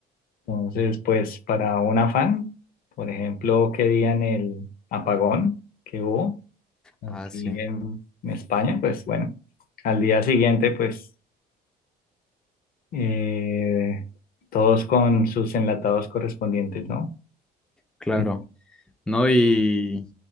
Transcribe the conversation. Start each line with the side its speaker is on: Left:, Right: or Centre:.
Left: Entonces, pues para un afán, por ejemplo, que día en el apagón que hubo, Aquí
Centre: Ah, sí,
Left: en España, pues bueno, al día siguiente, pues eh, todos con sus enlatados correspondientes, ¿no?
Centre: claro.
Left: <laughs>
Centre: No, y